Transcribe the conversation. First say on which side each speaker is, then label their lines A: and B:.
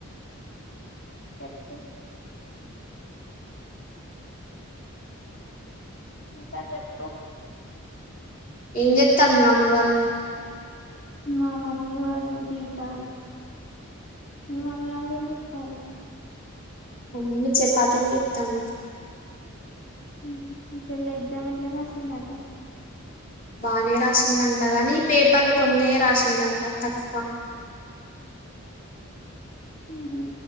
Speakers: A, on the left; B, on the left.
A: చెప్ప ఇంత చెప్పు
B: ఏం చెతారు మీ మమ్మీ వాళ్ళు
A: మా మమ్మీ వాళ్ళ తింటారు ఇవ అమ్ అల్ం ఇతారు
B: అవు మన్న చె పాతని చెప్తాము
A: ఉమ్ మీ చెల్ల ఎగ్జామేట్లా రాసిందట
B: బానే రాసిందంట గాని, పేపర్లు కొన్ని రాసిందంట. తక్కువ
A: ఉహ్ హు